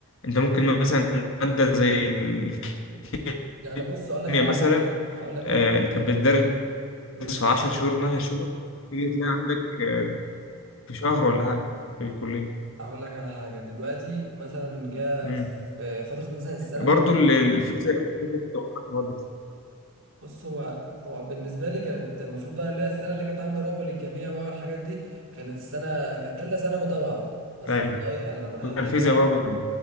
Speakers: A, on the left; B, on the right.
A: أنت ممكن مثلا مادة زي الكيمياء
B: يعني بص اقول لك
A: مثلا
B: انا على حاجه هقول لك
A: آه،
B: انا على حاجه
A: اللي كانت بتدرس
B: بص
A: في 10 شهور 12 شهور تيجي تلاقي عندك آه، في شهر ولا حاجة في الكلية
B: اقول لك على حاجه دلوقتي مثلا جاء
A: امم
B: في فتره مثلا الثانوي
A: برضه ال- ال- الفيزياء الفيزياء بتوقعها برضه
B: بص هو هو بالنسبة لي كانت المفروض بقى اللي هي السنة اللي كانت عاملة رعب للجميع بقى والحاجات دي كانت السنة كانت تالتة ثانوي طبعا بس
A: ايوه
B: والله أنا لما دخلت
A: الفيزياء
B: الجامعة
A: برضه